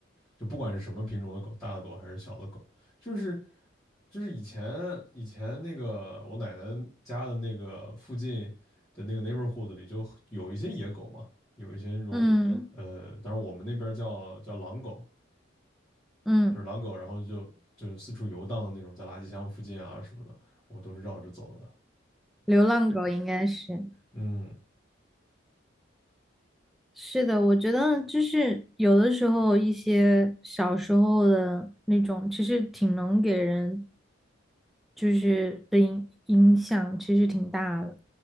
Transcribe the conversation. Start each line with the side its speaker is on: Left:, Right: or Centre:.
Left: 就不管是什么品种的狗，大的狗还是小的狗，就是就是以前以前那个我奶奶家的那个附近的那个 neighborhood 里就有一些野狗嘛，有一些那种呃，
Centre: 嗯
Left: 当然我们那边叫叫狼狗，
Centre: 嗯，
Left: 就是狼狗，然后就就四处游荡的那种，在垃圾箱附近啊什么的，我都是绕着走的。
Centre: 流浪狗应该是。
Left: 嗯
Centre: 是的，我觉得就是有的时候一些小时候的那种，其实挺能给人就是的影影响，其实挺大的。